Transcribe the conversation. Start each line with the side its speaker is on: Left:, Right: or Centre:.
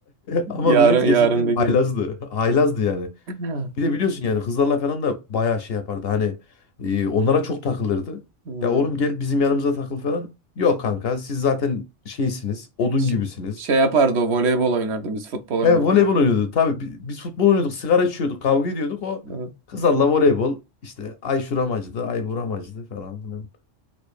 Left: Ama
Right: Yarın
Left: Mehmet
Right: yarın
Left: gerçekten
Right: bir gün.
Left: haylazdı. Haylazdı yani.
Right: Hı.
Left: Bir de biliyorsun yani kızlarla falan da bayağı şey yapardı. Hani e, onlara çok takılırdı.
Right: Hmm.
Left: Ya oğlum gel bizim yanımıza takıl falan. Yok kanka siz zaten şeysiniz. Odun
Right: Ş-
Left: gibisiniz.
Right: Şey yapardı o voleybol oynardı biz futbol oynarken.
Left: He voleybol oynuyordu. Tabii bi- biz futbol oynuyorduk. Sigara içiyorduk. Kavga ediyorduk. O
Right: Evet.
Left: kızlarla voleybol. işte ay şuram acıdı. Ay buram acıdı falan filan.